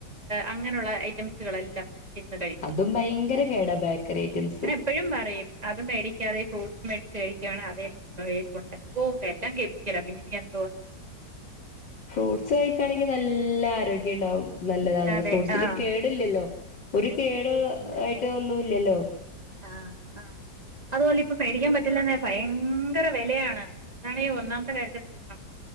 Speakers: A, on the right (about 20°); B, on the left (about 80°).
A: അങ്ങനുള്ള ഐറ്റംസുകളെല്ലാം ഇരുന്ന് കഴിക്കും
B: അതും ഭയങ്കര കേടാ ബേക്കറി ഐറ്റംസ്
A: എപ്പഴും പറയും അത് മേടിക്കാതെ ഫ്രൂട്ട്സ് മേടിച്ച് കഴിക്കുകവാണെ അതേ വേലും ഒണ്ടല്ലോ, ഓഹ് എല്ലാം കെമിക്കലാ പിന്നിനി എന്തോവാ
B: ഫ്രൂട്ട്സ് കഴിക്കാണെങ്കിൽ നല്ല ആരോഗ്യണ്ടാവും, നല്ലതാണത്.
A: അതെ
B: ഫ്രൂട്ട്സില്
A: ആഹ്
B: കേടില്ലല്ലോ? ഒരു കേട്
A: ഇല്ല
B: ആയിട്ട് ഒന്നുല്ലല്ലോ?
A: ആഹ് ആഹ് അതുവല്ല ഇപ്പം മേടിക്കാൻ പറ്റൂലന്നെ ഭയ ങ്കര വെലയാണ്, അതാണ് ഈ ഒന്നാമത്തെ കാര്യത്തെ പ്രശ്നം.